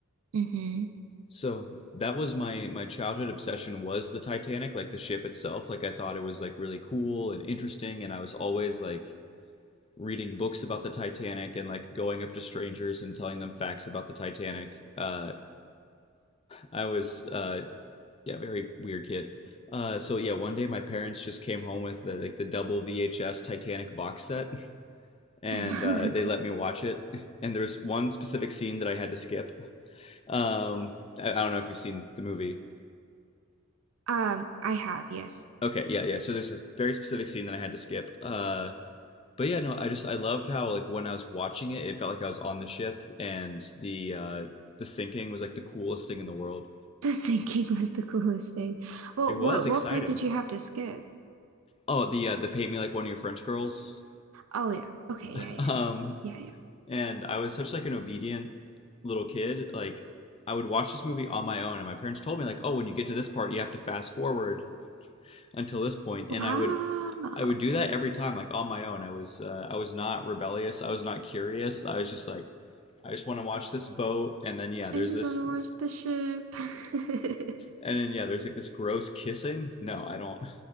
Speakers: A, on the right; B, on the left.
A: hmm
B: So that was my my childhood obsession was the Titanic, like the ship itself. Like I thought it was like really cool and interesting, and I was always like reading books about the Titanic and like going up to strangers and telling them facts about the Titanic. Uh, I was uh, yeah, very weird kid. Uh, so yeah, one day my parents just came home with the, like the double VHS Titanic box set, and
A: <laughs>
B: uh, they let me watch it. <laughs> And there's one specific scene that I had to skip. Um, I, I don't know if you've seen the movie,
A: Um, I have, yes.
B: Okay, yeah, yeah. So there's this very specific scene that I had to skip. Uh, but yeah, no, I just I loved how like when I was watching it, it felt like I was on the ship, and the uh, the sinking was like the coolest thing in the world.
A: <laughs> The sinking was the coolest thing. Well,
B: It was
A: what
B: exciting.
A: what part did you have to skip?
B: Oh, the uh, the paint me like one of your French girls.
A: Oh yeah. Okay,
B: <laughs>
A: yeah, yeah,
B: Um,
A: yeah. Yeah, yeah.
B: and I was such like an obedient little kid. Like I would watch this movie on my own, and my parents told me like, oh, when you get to this part, you have to fast forward until this point,
A: Wow.
B: and I would I would do that every time, like on my own. I was uh, I was not rebellious. I was not curious. I was just like, I just want to watch this boat. And then yeah, there's
A: I just
B: this,
A: want to
B: and
A: watch the ship. <laughs>
B: then yeah, there's like this gross kissing. No, I don't.